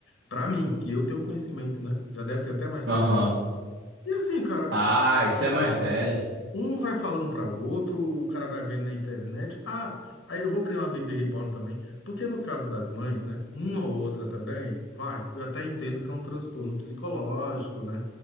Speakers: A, on the left (about 80°); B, on the right (about 65°).
A: Pra mim, que eu tenho conhecimento, né? Já deve ter até mais
B: Aham.
A: tempo isso. E assim, cara,
B: Ah, isso é mais velho.
A: um vai falando para outro, o cara vai vendo na internet. Ah, aí eu vou criar uma baby Reborn também. Porque no caso das mães, né? Uma ou outra também, vai. Eu até entendo que é um transtorno psicológico, né?